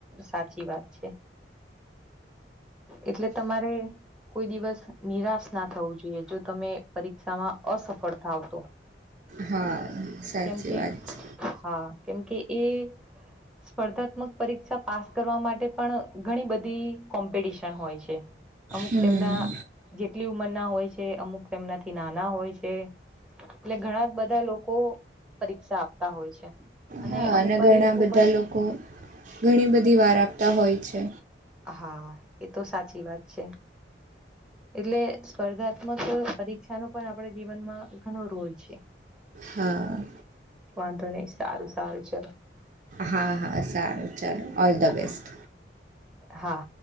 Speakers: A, in the centre; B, on the right.
A: સાચી વાત છે એટલે તમારે કોઈ દિવસ નિરાશ ના થવું જોઈએ જો તમે પરીક્ષામાં અસફળતા આવતો
B: હા સાચી
A: કેમકે
B: વાત છે
A: હા કેમકે એ સ્પર્ધાત્મક પરીક્ષા પાસ કરવા માટે પણ ઘણી બધી મ્પિટશન હોય છે અમુક
B: હમ
A: તેમના જેટલી ઉંમરના હોય છે અમુકના નાના હોય છે એટલે ઘણા બધા લોકો પરીક્ષા આપ હોય છે અને
B: હા
A: અમુક વાર
B: ઘણા
A: એ લોકો
B: બધા
A: પણ
B: લોકો ઘણી બધી વાર આપતા હોય છે
A: અ હા એ તો સાચી વાત છે એટલે સ્પર્ધાત્મક પરીક્ષા ન પણ આપણે જીવનમાં ઘણો રોલ છે
B: હા
A: વાંધો નહી સારું સારું છે
B: હા હા સારું ચાલો ઓલ ધ
A: હા
B: બેસ્ટ
A: હા